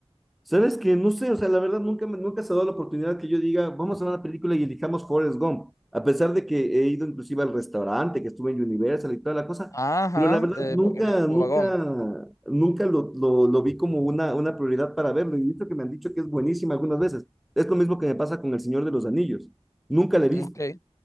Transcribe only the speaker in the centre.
Sabes que no sé, o sea, la verdad nunca, me- nunca se ha dado la oportunidad que yo diga, vamos a ver una película y elijamos Forrest Gump, a pesar de que he ido inclusive al restaurante, que estuve en Universal y toda la cosa,
pero la verdad
nunca,
nunca, nunca lo, lo, lo vi como una, una prioridad para verlo y he visto que me han dicho que es buenísima algunas veces. Es lo mismo que me pasa con El Señor de los Anillos. Nunca la he visto.